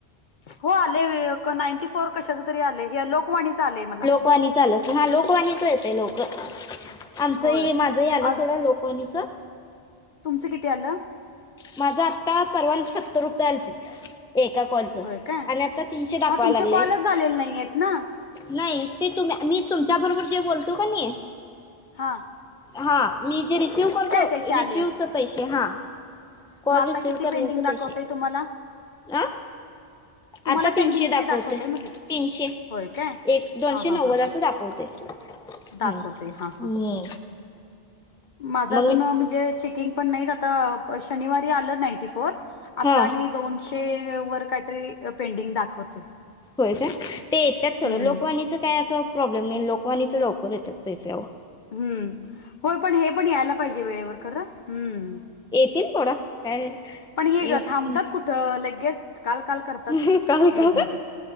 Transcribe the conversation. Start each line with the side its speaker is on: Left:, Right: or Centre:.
Left: हो आलेय नाईंटी फोर कशाच तरी आलंय हे लोकवाणीच आलेय मला
Centre: लोकवाणीचा आलस हा लोकवाणीच येतय लोक आमचं
Left: होय
Centre: माझं आलं
Left: आज
Centre: सोडं लोक पनीचात
Left: तुमचं किती आलं
Centre: माझा आत्ता परवान सत्तर रुपये आलेतील एका कॉलचं
Left: होय काय
Centre: आणि आता तीनशे दाखवा
Left: हा तुमचे
Centre: लागले
Left: कॉलच झालेले नाही आहेत ना
Centre: नाही ते तुम मी तुमच्या बरोबर जे बोलतो का नाही
Left: हां
Centre: हा मी जे रिसिव करतो
Left: त्याचे आले
Centre: रिसिवचे पैसे हा कॉल
Left: मग आता
Centre: रिसिव
Left: किती
Centre: करण्याचे
Left: पेंडिंग दाखवतय
Centre: पैसे
Left: तुम्हाला
Centre: अं
Left: तुम्हाला
Centre: आता
Left: पेंडिंग
Centre: तीनशे
Left: किती
Centre: दाखवतेोय
Left: दाखवतय म्हटलं
Centre: तीनशे
Left: होय काय
Centre: एक दोनशे
Left: हा हा
Centre: नव्वद
Left: हा हां
Centre: अस दाखवते हम्
Left: दाखवते
Centre: हम्म
Left: हा हा माझा
Centre: मग
Left: अजुून
Centre: मी
Left: म्हणजे चेकिंग पण नाहीत आता शनिवारी आलं नाईंटी फोर आता
Centre: हां
Left: आणि दोनशे वर काहीतरी पेंडिंग दाखवते
Centre: होय का ते येतात सडं
Left: हम्म
Centre: लोकवाणीच काय असं प्रॉब्लेम नाही लोकवानीच लवकर येतात पैसेवर
Left: हम्म होय पण हे पण यायला पाहिजे वेळेवर ख हम्म
Centre: तीन सोडा काय
Left: पण ही
Centre: एवढं
Left: थांबतात
Centre: की
Left: कुठं लगेच काल, काल करतात
Centre: नाही काल
Left: ग्रुपमध्ये.
Centre: का